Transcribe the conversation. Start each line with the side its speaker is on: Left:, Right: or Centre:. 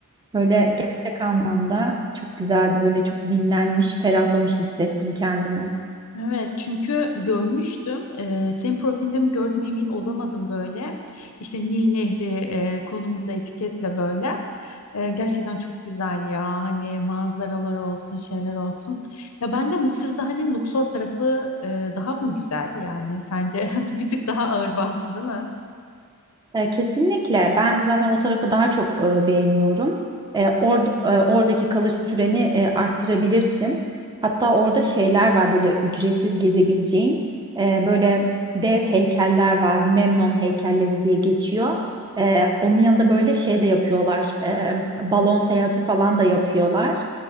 Right: Böyle gerçek anlamda çok güzeldi. Böyle çok dinlenmiş, ferahlamış hissettim kendimi.
Left: Evet çünkü görmüştüm. Ee, senin profilinde mi gördüm emin olamadım böyle. İşte Nil Nehri e, konumunda etiketle böyle. Ee, gerçekten çok güzel ya. Hani manzaralar olsun, şeyler olsun. Ya bence Mısır'da hani Luxor tarafı e, daha mı güzel yani? Sence <laughs> bir tık daha ağır bastı değil mi?
Right: E, kesinlikle. Ben zaten o tarafı daha çok e, beğeniyorum. E, orada- e, oradaki kalış süreni e, arttırabilirsin. Hatta orada şeyler var böyle ücretsiz gezebileceğin. E, böyle dev heykeller var. Memnon heykelleri diye geçiyor. E, onun yanında böyle şey de yapıyorlar. E, balon seyahati falan da yapıyorlar.